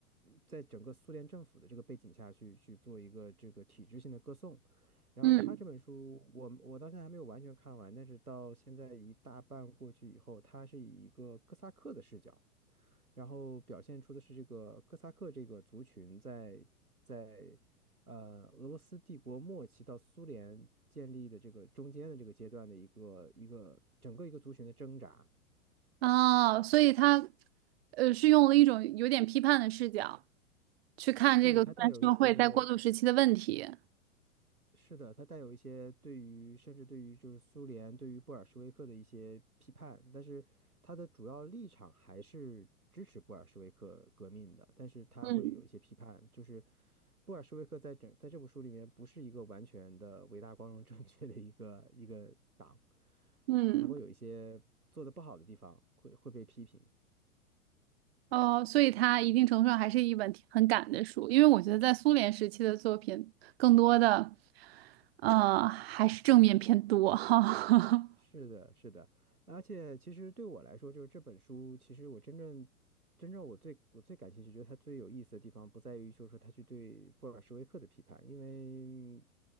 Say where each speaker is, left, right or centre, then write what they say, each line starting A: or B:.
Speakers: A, on the right (about 85°); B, on the right (about 45°).
A: 在整个苏联政府的这个背景下去去做一个这个体制性的歌颂。然后他这本书，
B: 嗯，
A: 我我到现在还没有完全看完，但是到现在一大半过去以后，他是以一个哥萨克的视角。然后表现出的是这个哥萨克这个族群在在呃俄罗斯帝国末期到苏联建立的这个中间的这个阶段的一个一个整个一个族群的挣扎，
B: 哦，所以它，呃，是用了一种有点批判的视角去看这个苏联社会在过渡时期的问题。
A: 对，它带有一些是的，它带有一些对于甚至对于就是苏联对于布尔什维克的一些批判，但是它的主要立场还是支持布尔什维克革命的，但是它会有一些批判，
B: 嗯
A: 就是布尔什维克在整在这部书里面不是一个完全的伟大、光荣、<laughs> 正确的一个一个党，
B: 嗯。
A: 他会有一些做的不好的地方会会被批评。
B: 哦，所以它一定程度上还是一本挺很赶的书，因为我觉得在苏联时期的作品，更多的，呃，还是正面偏多哈。<laughs>
A: 是。而且其实对我来说，就是这本书，其实我真正真正我最我最感兴趣，觉得它最有意思的地方，不在于就是说它去对布尔什维克的批判，因为